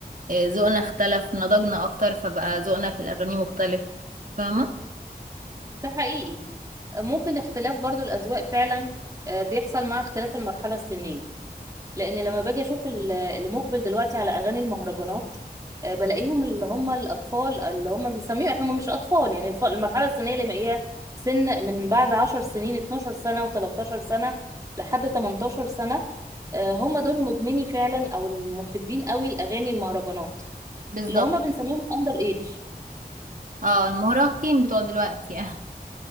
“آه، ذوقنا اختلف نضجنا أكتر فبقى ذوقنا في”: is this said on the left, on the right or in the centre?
Right